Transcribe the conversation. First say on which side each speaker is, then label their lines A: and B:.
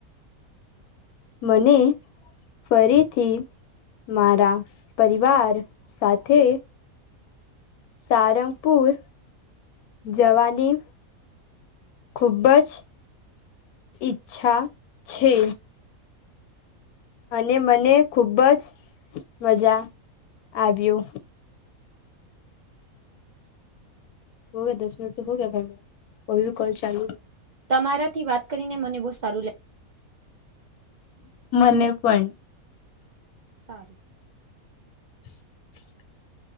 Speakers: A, on the left; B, on the right.
A: મને ફરીથી મારા પરિવાર સાથે સારંગપુર જવાની ખૂબ જ ઈચ્છા છે અને મને ખુબજ મજા આવ્યું હો ગયા દસ મિનટ તો હો ગયા ભ અભી કોલ ચાલુ
B: તમારાથી વાત કરીને મને બહુ સારું લાગ્યું
A: મને પણ
B: હું
A: <inaudible>